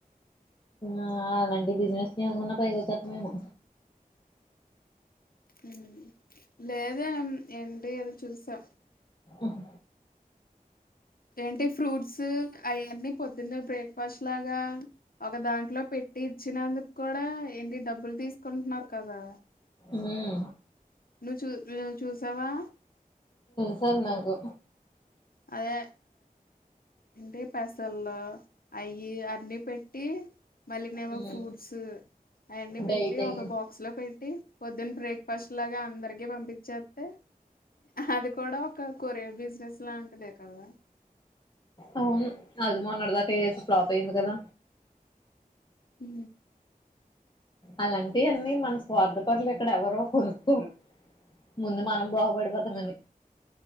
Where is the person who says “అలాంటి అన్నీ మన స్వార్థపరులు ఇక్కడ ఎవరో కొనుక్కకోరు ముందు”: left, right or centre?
Left